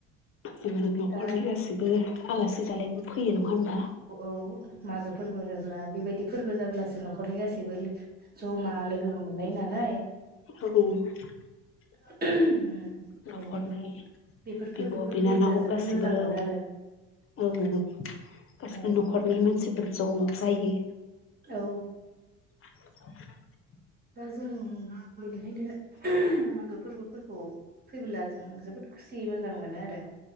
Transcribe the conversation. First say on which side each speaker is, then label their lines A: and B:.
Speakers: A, on the left; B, on the right.
A: जोङो न'खरनि
B: दा
A: गासैबो आलासि जालायनोबो फैयो नङा होनबा?
B: औ मागो फोरबो होनोब्ला बेबायदि फोरबो जाब्लासो न'खरनि गासैबो ज'मा। लोगोबो मोनलायो नालाय।
A: <inaudible>
B: <inaudible> बेनिखायनो
A: न'खरनि
B: बेफोर
A: बिब'
B: फोरबोफोर
A: बिनानाव
B: फैयोब्ला जोबोद
A: गासिबो
B: मोजां
A: औ
B: मोनो आरो।
A: औ गासैबो
B: औ
A: न'खरनि मानसिफोर ज' जायो।
B: औ।
A: <inaudible>
B: दा जों बेनिखायनो मागो फोरबो फोरखौ फैबोला जों जोबोद खुसि मोजां मोनो आरो।